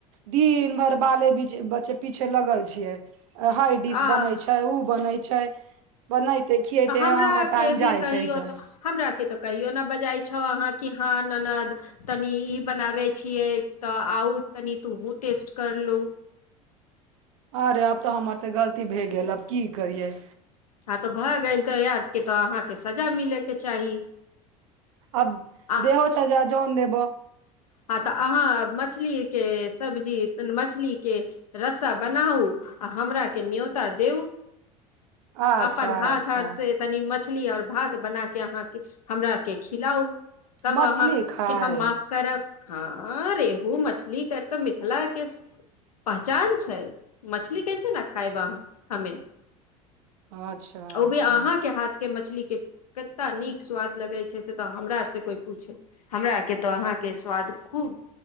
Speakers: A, on the right; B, on the left.
A: दिन भर बाले बीचे बच्चे पीछे लगल छियै हइ डिश
B: आ
A: बनै छै ओ बनै छै बनैते खियबैत
B: तऽ हमरा
A: अ हमर टाइम
B: के भी
A: जाइ
B: कहियो
A: छै एकदम
B: तऽ हमरा केँ तऽ कहियो नै बजाइ छौ अहाँ की हँ ननद तनी इ बनाबैत छियै तऽ आउ तनि तोहूँ टेस्ट करलू
A: अरे आब तऽ हमरसँ गलती भए गेल आब की करियै
B: हँ तऽ भऽ गेल तऽ आइबकी अहाँकेँ तऽ सजा मिलय केँ चाही
A: आब
B: आ
A: देहो सजा जॉन देब
B: हँ तऽ अहाँ मछली केँ सब्जी मछलीकेँ रस्सा बनाउ आ हमरा केँ न्योता देऊ
A: अच्छा
B: अपन हाथ
A: अच्छा
B: आर से तनी मछली और भात बना केँ अहाँकेँ हमरा केँ खिलाउ तब
A: मछली
B: अहाँ <inaudible>
A: खायब
B: कऽ हम माफ करब हँ रेहू मछली कऽ तऽ मिथिला केँ पहचान छै मछली कैसे न खायब अहाँ हमें <inaudible>
A: अच्छा
B: ओ
A: अच्छा
B: भी अहाँकेँ हाथ केँ मछली केँ कैता नीक स्वाद लगे छै से तऽ हमरा सँ कोई पूछ हमरा के तऽ अहाँकेँ स्वाद खूब